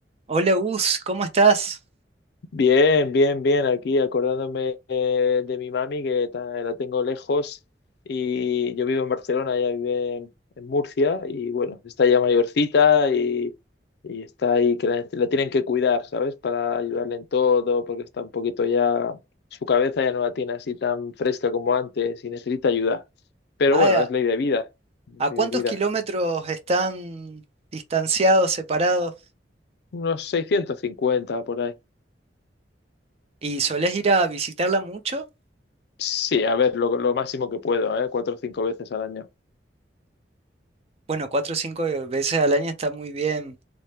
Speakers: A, on the right; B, on the left.
A: Hola Gus, ¿cómo estás?
B: Bien, bien, bien. Aquí acordándome eh, de mi mami, que ta- la tengo lejos, y yo vivo en Barcelona, ella vive en, en Murcia, y bueno, está ya mayorcita y, y está ahí, que la, la tienen que cuidar, ¿sabes? Para ayudarle en todo, porque está un poquito ya, su cabeza ya no la tiene así tan fresca como antes y necesita ayuda. Pero
A: Ah,
B: bueno, es ley de vida, es
A: ¿a
B: ley
A: cuántos
B: de vida.
A: kilómetros están distanciados, separados?
B: Unos 650 por ahí.
A: ¿Y solés ir a visitarla mucho?
B: Sí, a ver, lo, lo máximo que puedo, ¿eh? Cuatro o cinco veces al año.
A: Bueno, cuatro o cinco veces al año está muy bien.